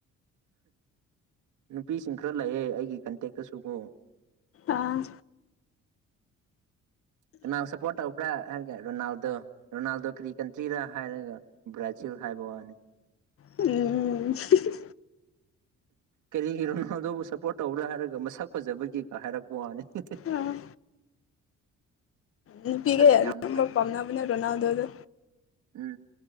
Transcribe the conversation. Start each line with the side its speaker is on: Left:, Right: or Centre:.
Right: ꯅꯨꯄꯤꯁꯤꯡ ꯈꯔ ꯂꯩꯌꯦꯦ ꯑꯩꯒꯤ ꯀꯟꯇꯦꯛꯇꯁꯨꯕꯨꯣ
Left: ꯑꯥ
Right: ꯀꯅꯥ ꯁꯞꯄꯣꯔꯠ ꯇꯧꯧꯕꯧꯕ꯭ꯔꯥ ꯍꯥꯏꯔꯒꯦ ꯔꯣꯅꯥꯜꯗꯣ ꯔꯣꯅꯥꯜꯗꯣ ꯀꯔꯤ ꯀꯟꯇ꯭ꯔꯤꯔꯥ ꯍꯥꯏꯔꯒ ꯕ꯭ꯔꯥꯖꯤꯜ ꯍꯥꯏꯕ ꯋꯥꯅꯤ
Left: ꯎꯝ <unintelligible>
Right: ꯀꯔꯤꯒꯤ ꯔꯣꯅꯥꯜꯗꯣꯕꯨ ꯁꯞꯄꯣꯔꯠ ꯇꯧꯕ꯭ꯔꯥ ꯍꯥꯏꯔꯒ ꯃꯁꯛ ꯐꯖꯕꯒꯤꯀꯥ ꯍꯥꯏꯔꯛꯄ ꯋꯥꯅꯤ <inaudible>
Left: ꯑꯥ ꯅꯨꯄꯤꯒꯩ
Right: ꯑꯁ
Left: ꯑꯌꯥꯝꯕ
Right: ꯌꯥꯝ
Left: ꯄꯥꯝꯅꯕꯅꯦ ꯔꯣꯅꯥꯜꯗꯣꯗꯣ
Right: ꯎꯝ